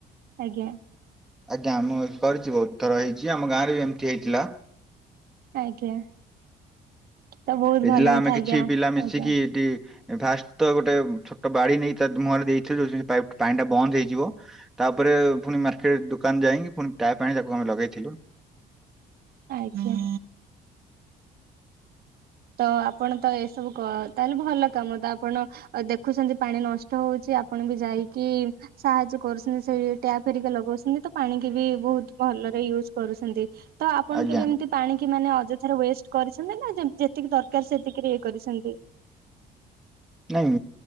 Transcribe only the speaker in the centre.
ଆଜ୍ଞା ମୁଁ ଏକରିଚି ବହୁତ୍ ଥର ହେଇଚି ଆମ ଗାଁରେବି ଏମିତି ହେଇଥିଲା।
ଏ
ଆମେ
କିଛି
ପିଲା ମିଶିକି
ଏଠି ଫାଷ୍ଟତ ଗୋଟେ ଛୋଟ ବାଡ଼ି ନେଇ ତାମୁହଁରେ ଦେଇଥିଲେ ଯୋଉ ପାଣିଟା ବନ୍ଦ ହେଇଯିବ ତାପରେ ପୁଣି ମାର୍କେଟ ଦୋକାନ ଯାଇକି ପୁଣି ଟ୍ୟାପ୍ ଆଣି ତାକୁ ଆମେ ଲଗେଇଥିଲୁ।
ଆଜ୍ଞା
ନାଇଁ